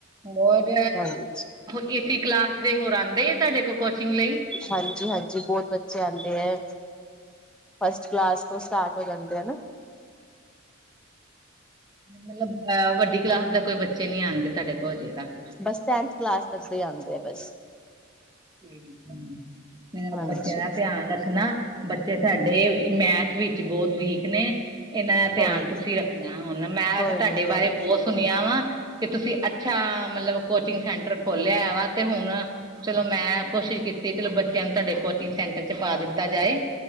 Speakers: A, on the right (about 20°); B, in the centre.
A: ਹੋਰ
B: ਹਾਂਜੀ
A: ਇਹ ਏ ਕਲਾਸ ਦੇ ਹੋਰ ਆਉਂਦੇ ਤੁਹਾਡੇ ਕੋਲ ਕੋਚਿੰਗ ਲਈ
B: ਹਾਂਜੀ ਹਾਂਜੀ ਬਹੁਤ ਬੱਚੇ ਆਉਂਦੇ ਹੈ ਫਸਟ ਕਲਾਸ ਤੋਂ ਸਟਾਰਟ ਹੋ ਜਾਂਦੇ ਹਨਾ
A: ਮਤਲਬ ਅਹ ਵੱਡੀ ਕਲਾਸ ਦਾ ਕੋਈ ਬੱਚੇ ਨੀ ਆਂਦੇ ਤੁਹਾਡੇ ਕੋਲ ਹਜੇ ਤੱਕ
B: ਬਸ ਸੈਂਥ ਕਲਾਸ ਤੱਕ ਹੀ ਆਉਂਦੇ ਆ ਬਸ
A: <unintelligible>
B: ਹਾਂਜੀ
A: ਬੱਚਿਆ ਦਾ ਧਿਆਨ ਰੱਖਣਾ। ਬੱਚੇ ਸਾਡੇ ਮੈਥ ਵਿੱਚ ਬਹੁਤ ਵੀਕ ਨੇ ਇਹਨਾਂ ਦਾ ਧਿਆਨ
B: ਕੋਈ ਨੀ
A: ਤੁਸੀਂ ਰੱਖਣਾ ਹੁਣ ਮੈਂ
B: ਕੋਈ
A: ਵੈਸੇ ਤੁਹਾਡੇ
B: ਨੀ ਕੋਈ
A: ਬਾਰੇ
B: ਨੀ
A: ਬਹੁਤ ਸੁਣਿਆ ਵਾ ਕਿ ਤੁਸੀਂ ਅੱਛਾ ਮਤਲਬ ਕੋਚਿੰਗ ਸੈਂਟਰ ਖੋਲਿਆ ਵਾ ਤੇ ਹੁਣ ਚਲੋ ਮੈਂ ਕੋਸ਼ਿਸ਼ ਕੀਤੀ ਚਲੋ ਬੱਚਿਆਂ ਨੂੰ ਤੁਹਾਡੇ ਕੋਚਿੰਗ ਸੈਂਟਰ ਚ ਪਾ ਦਿੱਤਾ ਜਾਏ